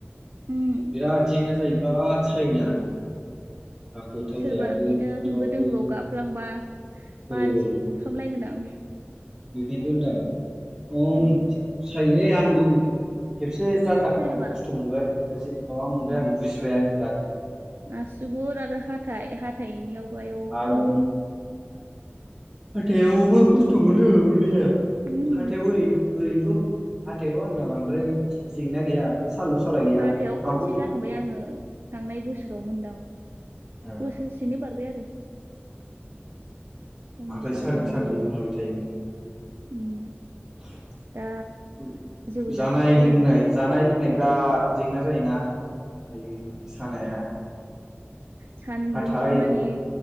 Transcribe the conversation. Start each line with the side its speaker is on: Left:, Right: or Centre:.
Right: उम
Centre: बिराद जेंना जायो बिराद सायोना हाखु थावजायाबो
Right: सोरबा बिदिनो
Centre: माथावाबो
Right: होंगो दोंगोआव गाबफ्लांबा
Centre: औ
Right: मानसिखौ
Centre: औ
Right: बुफ्रामलायगोन आं <unintelligible>
Centre: बेखायनोथ' होनदां
Right: उम
Centre: खम सायोलै आंबो खेबसे जाजाखांनानै
Right: जायाबा
Centre: खस्थ' मोनबाय <unintelligible> माबा मोनबाय
Right: उम
Centre: आं बुजिबाय आं बिरादनो
Right: आसुगुर आरो हाथाइ हाथाइनियावबो आयौ
Centre: आरो
Right: खम
Centre: हाथायावबो खस्थ' मोनो मोननाया
Right: उम
Centre: हाथायाव ओरैनो ओरैनोथ' हाथायाव आंना बांद्राय जेंना गैया सालु सालााय गैया
Right: हाथायाव खनसे
Centre: आवगोल
Right: जाखांबाय आङो थांनाय बोसोराव मोनदां
Centre: उम
Right: बोसोरसेनि बारबाय आरो खम
Centre: हाथाय
Right: जादों
Centre: सादों सादों
Right: ओरै
Centre: होलाबाय थायोमोन
Right: उम दा जेबो जाथ'वाखै
Centre: जानाय लोंनाय
Right: आरो
Centre: जानाय लोंनाय बिराद जेंना जायोना दायो सानाया
Right: सान्दुंफोर
Centre: हाथाय
Right: माने